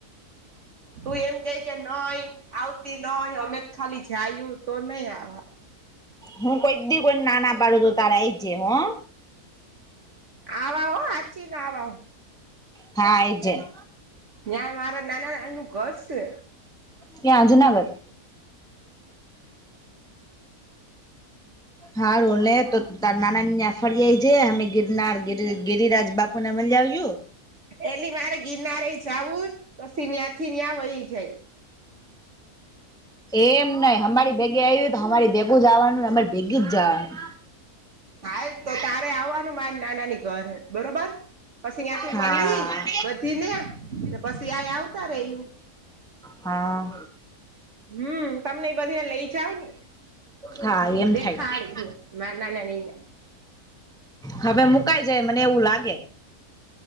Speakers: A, on the right; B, in the centre.
A: તું એમ કે કે ન આવી આવતી ન હોય અમે ખાલી જાયું તો નહી આવ
B: હું કોઈ દી કોઈ નાના બાડું તો તાર એ જ જ હો
A: આવા હો હાચી ને આવા હું
B: હા એજ
A: નયાં મારા નાના નાની નુ ઘર છે
B: ક્યાં જુનાગઢ
A: <inaudible>
B: હા રોલે તો તાર નાનાનીને ફરીયાવ જે અમે ગિરનાર ગિર ગિરિરાજ બાપુ ને મલીયાવિયુ
A: એલી મારે ગિરનારે જાવું જ પછી ન્યાથી ન્યા વઈ જ
B: એમ નઈ અમારી ભેગી આવી તો અમારી ભેગું જ આવવાનું અમારી ભેગી જ જવાનું
A: હાલ તો
B: હા
A: તારે આવવાનું મારે નાનાની ઘરે બરોબર પછી ત્યાંથી
B: હા
A: મળી બધી ને એ પછી આયા આવતા રેયું
B: હા
A: હમ તમને એ બધે લઈ જાવ ને
B: હા એમ
A: દેખાડી
B: થાય
A: માર ના ના ને ગયા
B: હવે મુકાઈ જાય મને એવું લાગતું